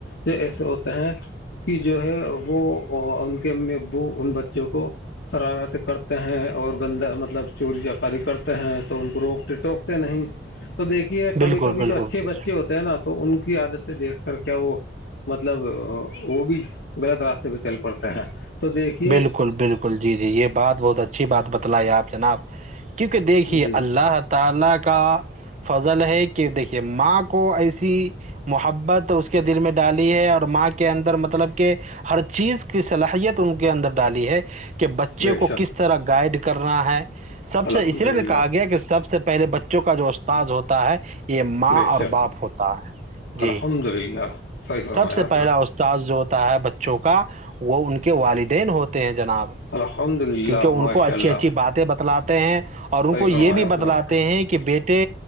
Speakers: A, on the left; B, on the right.
A: جو ایسے ہوتے ہیں کہ جو ہے وہ ان کے امی ابو ان بچوں کو شرارتیں کرتے ہیں اور گندہ مطلب چوری جکاری کرتے ہیں تو ان کو روکتے ٹوکتے نہیں تو دیکھیے کبھی
B: بالکل
A: کبھی
B: بالکل
A: جو اچھے
B: جی
A: بچے ہوتے ہیں نا تو ان کی عادتیں دیکھ کر کیا وہ مطلب وہ بھی غلط راستے پہ چل پڑتے ہیں تو دیکھیے
B: بالکل بالکل جی جی یہ بات بہت اچھی بات بتلائی آپ جناب کیونکہ دیکھیے
A: جی
B: اللہ تالیا کا فضل ہے کہ دیکھیے ماں کو ایسی محبت اس کے دل میں ڈالی ہے اور ماں کے اندر مطلب کہ ہر چیز کی صلاحیت ان کے اندر ڈالی ہے کہ بچے
A: بے
B: کو
A: شک
B: کس طرح گائڈ کرنا ہے سب سے
A: الحمد
B: اس لیے
A: للہ
B: کہا گیا کہ سب سے پہلے بچوں کا جو استاذ ہوتا ہے یہ ماں
A: بے
B: اور
A: شک
B: باپ ہوتا ہے جی
A: الحمد للہ صحیح فرمایا
B: سب سے
A: آپ
B: پہلا
A: نے
B: اس ا سس جو ہوتا ہے بچوں کا وہ ان کے والدین ہوتے ہیں جناب
A: الحمد للہ
B: کیونکہ ان
A: ماشاء
B: کو اچھی
A: اللہ
B: اچھی باتیں بتلاتے ہیں اور ان
A: صحیح
B: کو یہ
A: فرمایا
B: بھی
A: آپ
B: بتلاتے
A: نے
B: ہیں کہ بیٹے